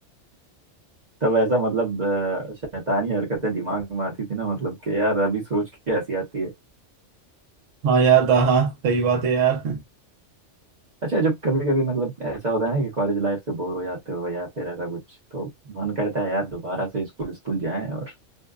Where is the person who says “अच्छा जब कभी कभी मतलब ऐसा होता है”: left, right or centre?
Right